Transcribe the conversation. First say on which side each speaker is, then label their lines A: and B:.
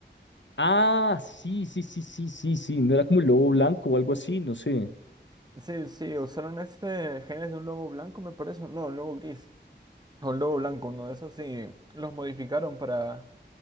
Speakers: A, on the left; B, on the right.
A: Ah, sí, sí, sí, sí, sí, sí. No era como el lobo blanco o algo así, no sé.
B: Sí, sí, usaron este genes de un lobo blanco, me parece, no, un lobo gris, o un lobo blanco, uno de esos, sí, los modificaron para